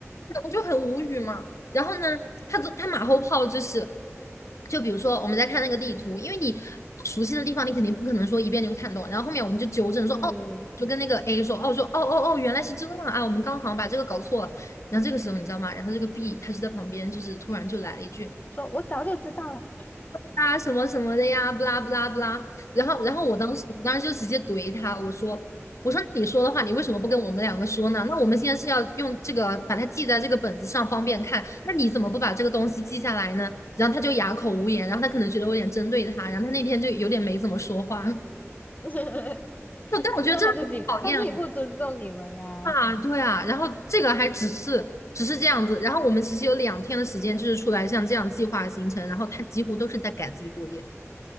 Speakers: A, on the left; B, on the left.
A: 我就很无语嘛。然后呢，他他马后炮就是，就比如说我们在看那个地图，因为你不熟悉的地方，你肯定不可能说一遍就看懂。然后后面我们就纠正说，
B: 对。
A: 哦，就跟那个 A 说，哦，说哦哦哦，原来是这样啊，我们刚好像把这个搞错了。然后这个时候你知道吗？然后这个 B 他就在旁边，就是突然就来了一句，
B: 说我早就知道了，
A: 啊什么什么的呀，不啦不啦不啦。然后，然后我当时当时就直接怼他，我说我说你说的话，你为什么不跟我们两个说呢？那我们现在是要用这个把它记在这个本子上，方便看。那你怎么不把这个东西记下来呢？然后他就哑口无言，然后他可能觉得我有点针对他，然后他那天就有点没怎么说话。<laughs>
B: <laughs>
A: 但我觉得真的很讨厌哦
B: 那他自己他自己不尊重你们呀，
A: 啊，对啊。然后这个还只是只是这样子，然后我们其实有两天的时间，就是出来像这样计划行程，然后他几乎都是在改自己作业。